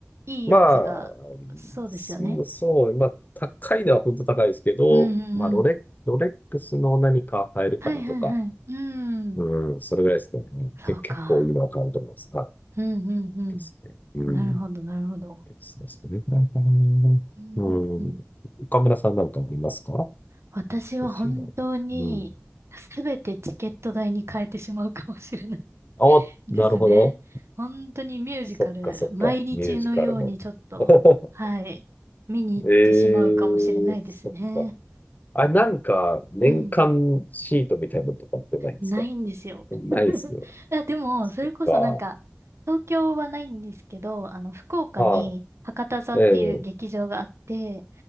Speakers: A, on the right; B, on the left.
A: いいやつが、
B: まあ、
A: そうですよね。
B: そそう、まあ、高いのは本当高いですけど、
A: うんうんうん。
B: まあ、ロレ、ロレックスの何か買えるかなとか、
A: はいはいはい。うん。
B: うん、それぐらいですかね。
A: そうか。
B: け、結構いいのは買うと思います。はい。
A: うんうんう
B: ですね。うん。
A: ん。なるほどなるほど。
B: ですね。それぐらいかな。
A: うんうんうん。
B: うん。岡村さんなんかありますか
A: 私は本当にすべてチケット代に変えてしまうかもしれない
B: 欲しいの。うん。あ、
A: <laughs> ですね。
B: なるほど。
A: 本当にミュージカル、
B: そっかそっか。
A: 毎日のようにちょっと、
B: ミュージカルの。<laughs>
A: はい、見に行ってしまうかもしれないですね。
B: ええーそっか。あ、なんか、年間シートみたいなのとかってないんですか
A: うん。ないんですよ。
B: ないですね。
A: <laughs> あ、でも、
B: そっか。
A: それこそなんか、東京はないんですけど、あの、福岡に博多座っていう劇場があって、
B: はい。ええ。